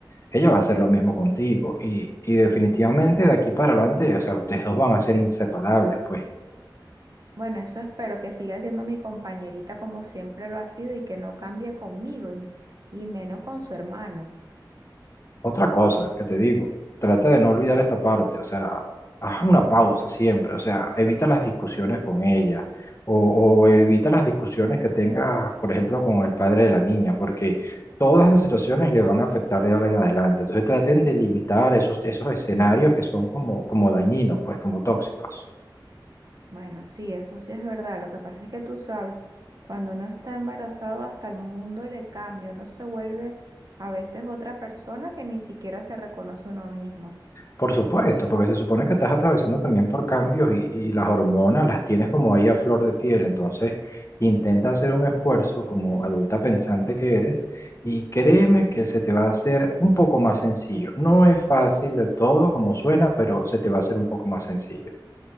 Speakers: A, on the left; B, on the right.
A: ella va a hacer lo mismo contigo y, y definitivamente de aquí para adelante, o sea, ustedes dos van a ser inseparables, pues.
B: Bueno, eso espero que siga siendo mi compañerita como siempre lo ha sido y que no cambie conmigo y y menos con su hermano.
A: Otra cosa que te digo, trata de no olvidar esta parte, o sea, haz una pausa siempre, o sea, evita las discusiones con ella o, o evita las discusiones que tengas, por ejemplo, con el padre de la niña, porque todas esas situaciones le van a afectar de ahora en adelante. Entonces traten de limitar esos, esos escenarios que son como, como dañinos, pues, como tóxicos.
B: Bueno, sí, eso sí es verdad. Lo que pasa es que tú sabes, cuando uno está embarazado, hasta el mundo le cambia. Uno se vuelve a veces otra persona que ni siquiera se reconoce uno mismo.
A: Por supuesto, porque se supone que estás atravesando también por cambios y, y las hormonas las tienes como ahí a flor de piel. Entonces, intenta hacer un esfuerzo como adulta pensante que eres y créeme que se te va a hacer un poco más sencillo. No es fácil del todo como suena, pero se te va a hacer un poco más sencillo.